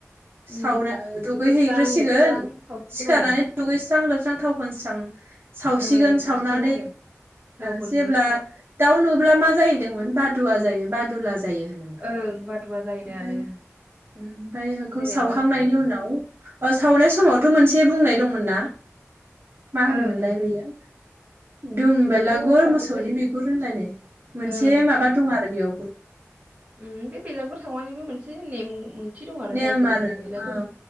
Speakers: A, on the right; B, on the right.
A: सावना
B: उम
A: दुगैहैग्रोसिगोन
B: दुगैस्रां लोबस्रां सावसिगोन
A: सिखारनानै
B: आरो
A: दुगैस्रां लोबस्रां थाव फोनसि स्रां सावसिगोन
B: ओं
A: सावनानै
B: सावसिगोन आरो रावबो
A: ओ जेब्ला
B: नुयैसेयाव
A: दाउ नु ब्ला मा जायो होन्दोंमोन बादुवा जायो बादुला जा यो होनोमोन।
B: ओं बादुवा जायोनो
A: ओमफाय
B: आरो
A: ओमफाय बेखौ
B: जेनेबा
A: सावखांनायनि उनाव अ सावनाय समावथ' मोनसे बुंनाय दंमोन ना? मा होनोमोनलाय
B: ओं
A: बैयो? दं
B: बेखौथ'
A: बेलागुर
B: दानि
A: मोसौनि
B: गोसो
A: बिगुर होनलायनाय मोनसे
B: ओं
A: माबा दं आरो बेयावबो।
B: उम बे बेलागुर सावनानैबो मोनसे नेम <unintelligible>
A: नेम
B: जायखौ
A: आरो
B: बेलागुर
A: अ